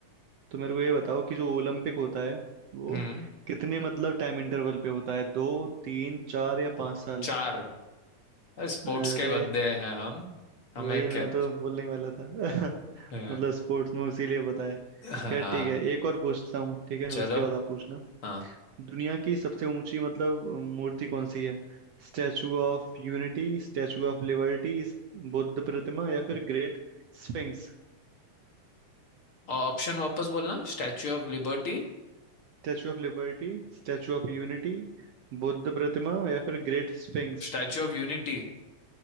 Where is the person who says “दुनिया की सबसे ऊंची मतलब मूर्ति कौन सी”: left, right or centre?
Right